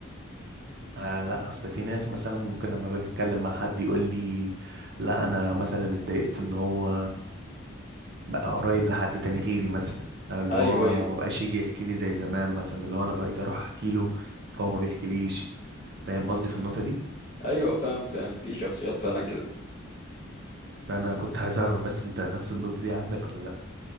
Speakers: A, on the right (about 55°); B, on the left (about 40°).
A: آه لا اصل في ناس مثلا ممكن لما باجي اتكلم مع حد يقول لي لا انا مثلا اتضايقت ان هو بقى قريب لحد تاني غيري مثلا أو اللي
B: ايوه
A: هو
B: ايوه
A: ما بقاش يجي يحكي لي زي زمان مثلا اللي هو انا بقيت اروح احكي له هو ما بيحكيليش فاهم قصدي في النقطة دي
B: ايوه فاهم فاهم في شخصيات فعلا كده
A: فانا كنت عايز اعرف بس انت <laughs> نفس النقطة دي عندك ولا لا